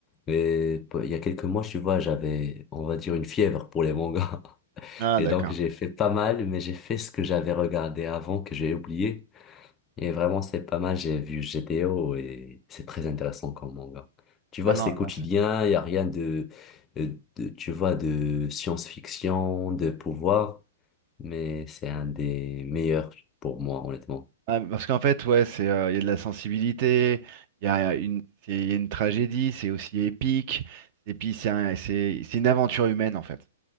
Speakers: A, on the left; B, on the right.
A: Et p- il y a quelques mois, tu vois, j'avais, on va dire, une fièvre pour les mangas. <laughs>
B: Ah
A: Et
B: d'accord.
A: donc, j'ai fait pas mal, mais j'ai fait ce que j'avais regardé avant, que j'ai oublié. Et vraiment, c'est pas mal. J'ai vu GTO et c'est très intéressant comme manga. Tu vois,
B: Ah non,
A: c'est quotidien,
B: non, c'est-
A: il n'y a rien de, de- de- tu vois, de science-fiction, de pouvoir, mais c'est un des meilleurs pour moi, honnêtement.
B: ah, parce qu'en fait, ouais, c'est, euh, il y a de la sensibilité. Il y a une, c'est- il y a une tragédie. C'est aussi épique. Et puis c'est un- c'est, c'est une aventure humaine en fait.